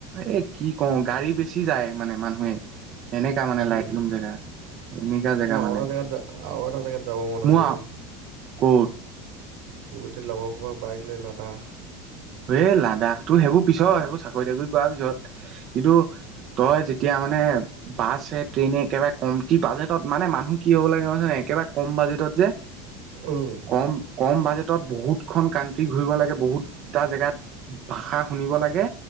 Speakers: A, on the right; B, on the right.
A: এ, কি কওঁ গাড়ী বেচি যায় মানে মানুহে। এনেকা মানে
B: উম,
A: লাইট লুম জেগা। এনেকা জেগা
B: মোৰ আওটা
A: মানে
B: জেগাত য আও এটা জেগাত যাব মন
A: মোৰ
B: আছে ব।
A: ক'ত?
B: গোটেই লগৰসবা বাইক লৈ লাডাখ।
A: এ, লাডাখটো সেইবোৰ পিছৰ সেইবোৰ চাকৰি, তাকৰি কৰাৰ পিছত কিন্তু তই যেতিয়া মানে বাছে, ট্ৰেইনে একেবাৰে কমটি বাজেটত মানে মানুহ কি হ'ব লাগে হৈছে নে একেবাৰে কম বাজেটত যে-
B: উম,
A: কম, কম বাজেটত বহুতখন কাণ্ট্ৰি ঘূৰিব লাগে। বহুত টা জেগাত ভাষা শুনিব লাগে।